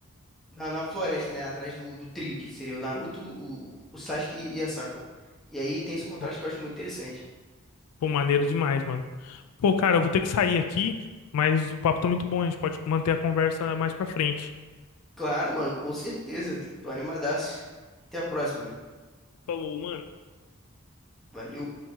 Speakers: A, in the centre; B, on the left.
A: Na, na floresta, né? Atrás do, do trio, que seria o Naruto, o, o Sasuke e a Sakura. E aí tem esse contraste
B: Pô,
A: que eu acho muito interessante.
B: pô, maneiro demais, mano. Pô, cara, eu vou ter que sair aqui, mas o papo tá muito bom. A gente pode manter a conversa mais pra frente.
A: Claro, mano, com certeza. Tô animadaço. Até a próxima.
B: Falou, mano.
A: Valeu.